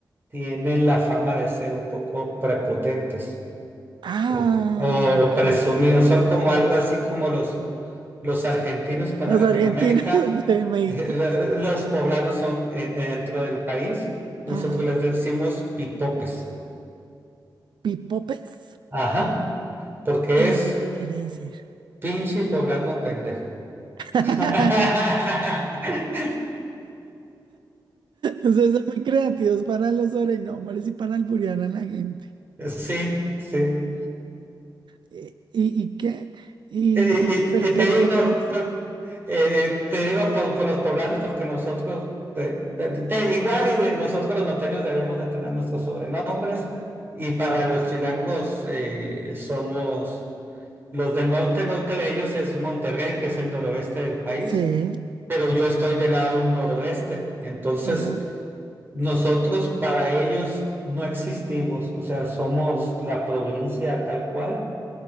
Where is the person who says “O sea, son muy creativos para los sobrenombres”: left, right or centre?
Right